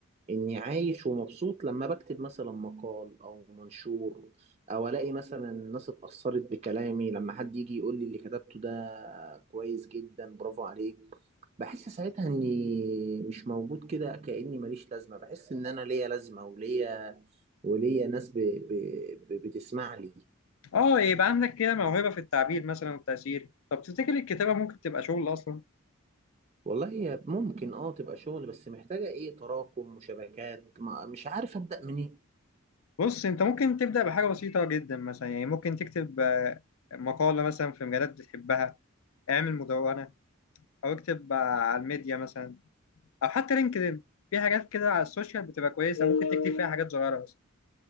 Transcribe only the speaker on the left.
اه يبقى عندك كده موهبة في التعبير مثلا والتأثير طب تفتكر الكتابة ممكن تبقى شغل أصلا؟
بص أنت ممكن تبدأ بحاجة بسيطة جدا مثلا يعني ممكن تكتب آه، مقالة مثلا في مجالات بتحبها اعمل مدونة أو اكتب آه، على الميديا مثلا أو حتى لينكدإن في حاجات كده على السوشيال بتبقى كويسة ممكن تكتب فيها حاجات صغيرة بس